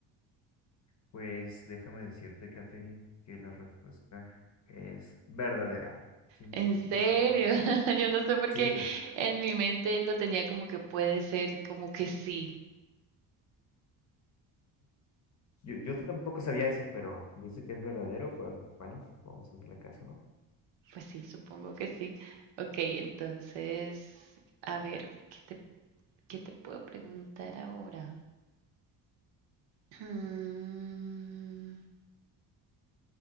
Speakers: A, on the left; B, on the right.
A: Pues déjame decirte, Katherine, que la respuesta es verdadera. Chin,
B: En
A: chin,
B: serio,
A: chin, chin.
B: <laughs> yo no sé por
A: Sí,
B: qué en mi mente lo tenía como que puede ser, como que sí.
A: yo, yo tampoco sabía eso, pero dice que es verdadero, pues bueno, pues vamos a hacerle caso, ¿no?
B: Pues sí, supongo que sí. Ok, entonces, a ver, ¿qué te, qué te puedo preguntar ahora? <clears throat> Mm,